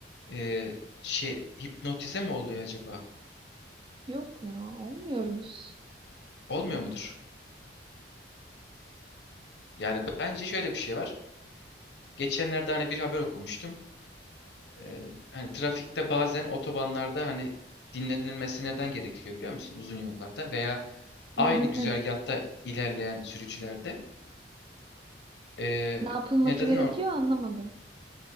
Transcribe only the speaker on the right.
Yok ya, olmuyoruz.
Ne
dinlen,
ne yapılması
gerekiyor
anlamadım.